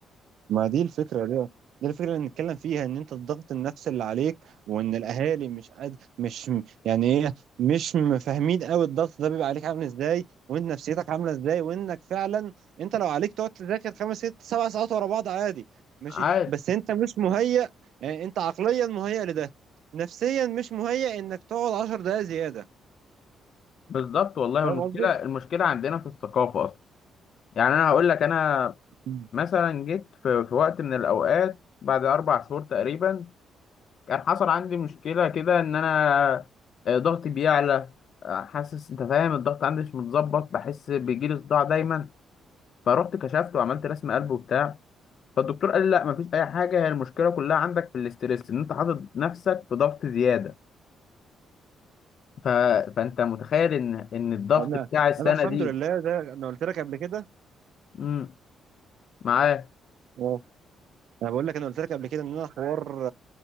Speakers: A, on the right (about 75°); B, on the left (about 60°).
A: ما دي الفكرة دي دي الفكرة اللي نتكلم فيها ان انت الضغط النفسي اللي عليك وان الاهالي مش قد مش م- يعني ايه مش م- فاهمين قوي الضغط ده بيبقى عليك عامل ازاي وانت نفسيتك عاملة ازاي وانك فعلا انت لو عليك تقعد تذاكر خمس ست سبع ساعات ورا بعض عادي ماشي
B: فعاد
A: بس انت مش مهيأ يعني انت عقليا مهيأ لده نفسيا مش مهيأ انك تقعد عشر دقايق زيادة
B: بالظبط والله
A: فاهم
B: والمشكله
A: قصدي؟
B: المشكله عندنا في الثقافه اصلا يعني انا هقول لك انا
A: <laughs>
B: مثلا جيت في, في وقت من الاوقات بعد اربع شهور تقريبا كان حصل عندي مشكلة كده إن أنا آه، ضغطي بيعلى آه، حاسس أنت فاهم الضغط عندي مش متظبط بحس بيجيلي صداع دايما فرحت كشفت وعملت رسم قلب وبتاع فالدكتور قال لي لا مفيش أي حاجة هي المشكلة كلها عندك في الاسترس إن أنت حاطط نفسك في ضغط زيادة ف... فأنت متخيل إن إن الضغط
A: انا
B: بتاع السنة
A: انا الحمد
B: دي
A: لله ده انا قلت لك قبل كده
B: امم معاه
A: اه انا بقول لك انا قلت لك قبل كده ان انا حوار